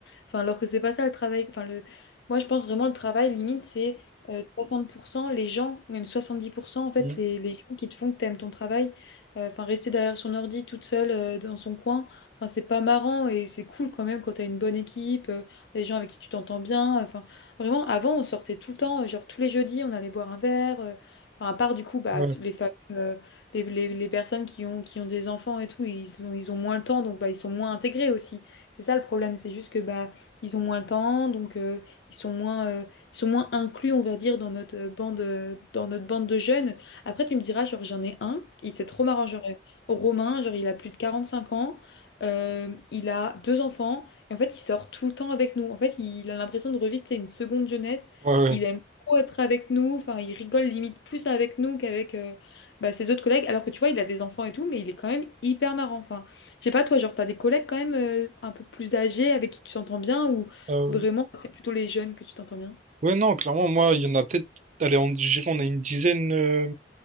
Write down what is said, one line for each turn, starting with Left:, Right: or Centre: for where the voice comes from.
Left: Enfin, alors que c'est pas ça le travail. Enfin, le... Moi, je pense vraiment le travail, limite, c'est euh, 60% les gens, ou même 70%, en fait,
Right: Mm.
Left: les, les gens qui te font que t'aimes ton travail. Euh, Enfin, rester derrière son ordi toute seule euh, dans son coin. Enfin, c'est pas marrant et c'est cool quand même quand t'as une bonne équipe, euh, des gens avec qui tu t'entends bien. Enfin, vraiment, avant, on sortait tout le temps, euh, genre tous les jeudis, on allait boire un verre. euh, enfin, à part du coup, bah,
Right: Ouais.
Left: les, familles, euh, les, les- les personnes qui ont, qui ont des enfants et tout, ils ont, ils ont moins le temps, donc bah, ils sont moins intégrés aussi. C'est ça le problème, c'est juste que bah, ils ont moins le temps, donc euh, ils sont moins, euh, ils sont moins inclus, on va dire, dans notre euh, bande, euh, dans notre bande de jeunes. Après, tu me diras, genre, j'en ai un, il c'est trop marrant, genre, euh, Romain, genre, il a plus de 45 ans. Euh, il a deux enfants et en fait, il sort tout le temps avec nous. En fait, il a l'impression de revivre c'est une seconde jeunesse.
Right: Ouais.
Left: Il
Right: ouais.
Left: aime trop être avec nous. Enfin, il rigole limite plus avec nous qu'avec euh, bah, ses autres collègues. Alors que tu vois, il a des enfants et tout, mais il est quand même hyper marrant. Enfin, je sais pas, toi, genre, t'as des collègues quand même euh, un peu plus âgés avec qui tu t'entends bien ou
Right: Ah ouais.
Left: vraiment c'est plutôt les jeunes que tu t'entends bien?
Right: Ouais, non, clairement, moi, il y en a peut-être. Allez, on, je dirais, on a une dizaine. euh,